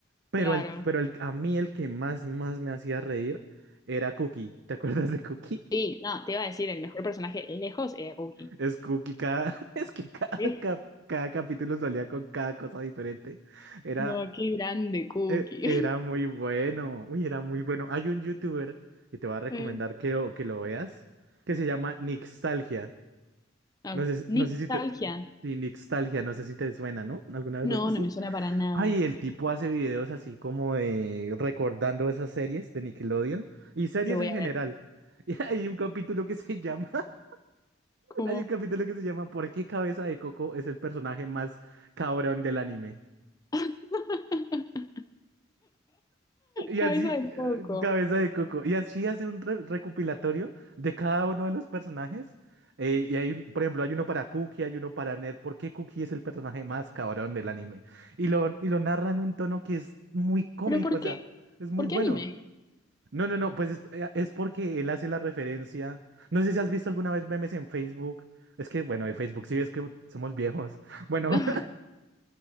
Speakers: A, on the right (about 60°); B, on the left (about 20°).
A: Pero,
B: Claro.
A: el, pero el, a mí el que más, más me hacía reír era Cookie. ¿Te acuerdas de Cookie?
B: Sí,
A: <laughs>
B: no, te iba a decir, el mejor personaje lejos era Cookie.
A: Es Cookie cada... <laughs> Es que cada,
B: Sí.
A: cap- cada capítulo salía con cada cosa diferente. Era,
B: No, qué grande Cookie.
A: e- era muy
B: <laughs>
A: bueno. Uy, era muy bueno. Hay un youtuber y te voy a recomendar
B: Eh,
A: que, lo- que lo veas, que se llama Nixtalgia.
B: ah,
A: No sé, si-
B: Nostalgia.
A: no sé si te... Sí, Nixtalgia, no sé si te suena, ¿no? ¿Alguna vez
B: No,
A: lo has visto?
B: no me suena para nada.
A: Ay, el tipo hace videos así como de recordando esas series de Nickelodeon y series
B: Lo voy
A: en
B: a
A: general.
B: ver.
A: <laughs> Y hay un capítulo que se llama, <laughs>
B: ¿Cómo?
A: hay un capítulo que se llama ¿Por qué Cabeza de Coco es el personaje más cabrón del anime?
B: <laughs>
A: Y
B: Cabeza
A: así,
B: de
A: eh,
B: coco.
A: Cabeza de Coco. Y así hace un re- recopilatorio de cada uno de los personajes. Eh, y hay, un- por ejemplo, hay uno para Cookie, hay uno para Ned. ¿Por qué Cookie es el personaje más cabrón del anime? Y lo, y lo narra en un tono que es muy cómico,
B: ¿Pero por
A: o sea,
B: qué?
A: es muy
B: ¿Por
A: bueno.
B: qué anime?
A: No, no, no, pues es, eh, es porque él hace la referencia. No sé si has visto alguna vez memes en Facebook. Es que, bueno, de Facebook sí ves que somos viejos. <laughs> Bueno,
B: <laughs>